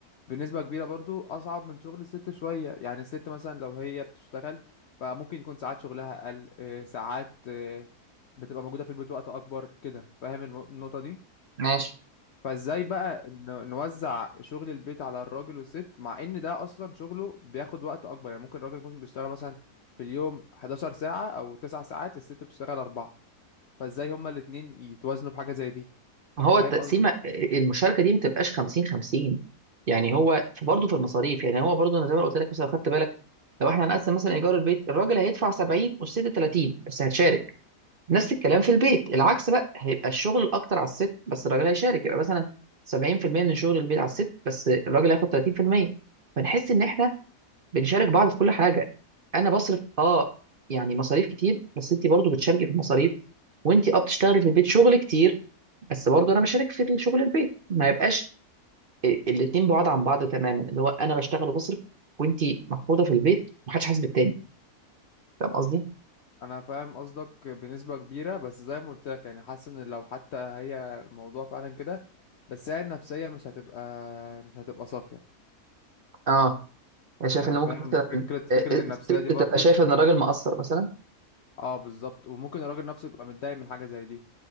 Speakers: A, on the left (about 55°); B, on the right (about 45°).
A: بنسبة كبيرة برضو أصعب من شغل الست شوية يعني الست مثلا لو هي بتشتغل فممكن يكون ساعات شغلها أقل آه، ساعات آه، بتبقى موجودة في البيت وقت أكبر كده فاهم الم- النقطة دي
B: ماشي
A: فازاي بقى ن- نوزع شغل البيت على الراجل والست مع ان ده اصلا شغله بياخد وقت اكبر يعني ممكن الراجل يكون بيشتغل مثلا في اليوم 11 ساعة او 9 ساعات الست بتشتغل 4 فازاي هما الاتنين يتوازنوا في حاجة زي دي
B: هو
A: فاهم
B: التقسيمه
A: قصدي
B: المشاركه دي ما تبقاش 50 50 يعني هو برضه في المصاريف يعني هو برضه انا زي ما قلت لك مثلا لو خدت بالك لو احنا هنقسم مثلا ايجار البيت الراجل هيدفع 70 والست 30 بس هتشارك نفس الكلام في البيت العكس بقى هيبقى الشغل اكتر على الست بس الراجل هيشارك يبقى مثلا 70% من شغل البيت على الست بس الراجل هياخد 30% فنحس ان احنا بنشارك بعض في كل حاجه انا بصرف اه يعني مصاريف كتير بس انت برضه بتشاركي في المصاريف وانت اه بتشتغلي في البيت شغل كتير بس برضه انا بشارك في شغل البيت ما يبقاش الاتنين بعاد عن بعض تماما اللي هو انا بشتغل وبصرف وانت محفوظه في البيت ومحدش حاسس بالتاني فاهم قصدي؟
A: انا فاهم قصدك بنسبه كبيره بس زي ما قلت لك يعني حاسس ان لو حتى هي الموضوع فعلا كده بس هي النفسيه مش هتبقى مش هتبقى صافيه
B: اه انا شايف
A: يعني
B: ان ممكن
A: فاهم
B: مثلا
A: فكره
B: آه،
A: فكره
B: آه،
A: النفسيه
B: الست
A: دي برضو
B: تبقى شايفه ان الراجل مقصر مثلا
A: اه بالظبط وممكن الراجل نفسه يبقى متضايق من حاجه زي دي